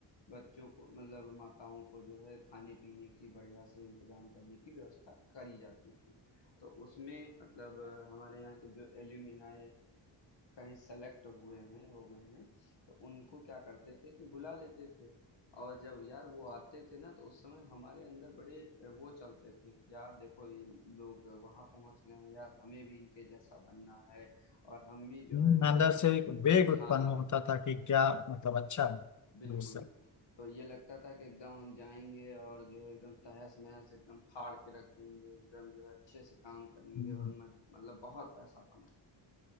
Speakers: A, on the left (about 65°); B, on the left (about 40°).
A: बच्चों को मतलब माताओं को जो है खाने-पीने की बढ़िया से इंतज़ाम करने की व्यवस्था करी जाती थी। तो उसमें मतलब हमारे यहाँ के जो एल्युमिनाई कहीं सेलेक्ट हुए हैं हो गए हैं तो उनको क्या करते थे कि बुला लेते थे और जब यार वो आते थे ना तो उस समय हमारे अंदर बड़े वो चलते थे कि यार देखो ये लोग वहां पहुंच गए हैं यार हमें भी इनके जैसा बनना है और हम भी जो
B: हम्म,
A: है एकदम
B: अंदर से एक वेग उत्पन्न
A: हाँ
B: होता था कि क्या मतलब अच्छा है
A: बिल्कुल
B: दूसरा
A: तो ये लगता था कि एकदम हम जाएंगे और जो है एकदम तहस नहस एकदम फाड़ के रख देंगे एकदम जो है अच्छे से काम करेंगे
B: हम्म,
A: और मज- मतलब बहुत पैसा कमाएंगे